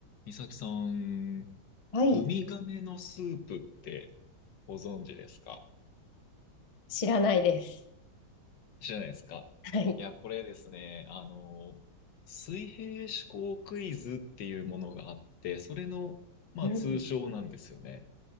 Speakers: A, on the left; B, on the left.
A: 美咲さん、
B: はい。
A: ウミガメのスープってご存知ですか
B: 知らないです。
A: 知らないですかいや、
B: はい。
A: これですね、あの、水平思考クイズっていうものがあって、それの、まあ、
B: うん。
A: 通称なんですよね。